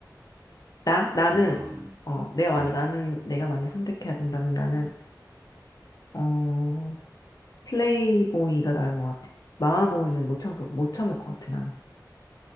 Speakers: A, on the left; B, on the right.
A: 나, 나는,
B: 참 그러네.
A: 어, 내가 만약,
B: 음.
A: 나는, 내가 만약 선택해야 된다면 나는, 어, 플레이보이가 나은 것 같아. 마마보이는 못 참, 못 참을 것 같아, 나는.